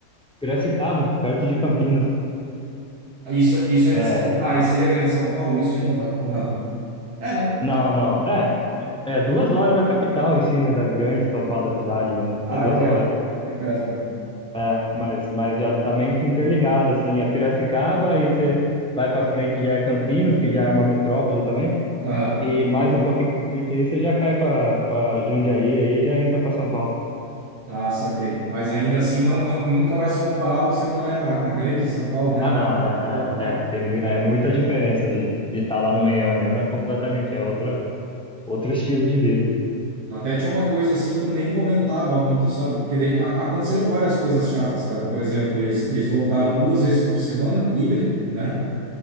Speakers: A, in the centre; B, on the right.
A: Piracicaba, perto de Campinas.
B: Isso, isso ainda
A: É,
B: seria, ah, seria Grande São Paulo, isso ainda, mas, ou não? É, né?
A: não, não. é É duas horas da capital em si, né? Da grande São Paulo, da cidade mesmo.
B: Ah,
A: É duas
B: é perto.
A: horas.
B: É perto.
A: É, mas, mas já tá meio que interligado, assim. É Piracicaba, aí você vai pra frente já é Campinas, que já é uma metrópole também.
B: Aham.
A: E mais um pouquinho pra frente aí você já cai pra, pra Jundiaí, aí já entra pra São Paulo.
B: Ah, saquei. Mas ainda assim, não, não, nunca vai se comparar você morar na, na Grande São Paulo, né?
A: Ah,
B: na
A: não,
B: capital
A: é,
B: aqui.
A: é, é. Tem mu- é muita diferença de de estar lá no meião mesmo, é completamente, é outra, outro estilo de vida.
B: Até tinha uma coisa assim que eu nem comentava muito, sabe? Porque daí a- aconteceram várias coisas chatas, cara. Por exemplo, eles, eles voltaram duas vezes por semana, híbrido, né?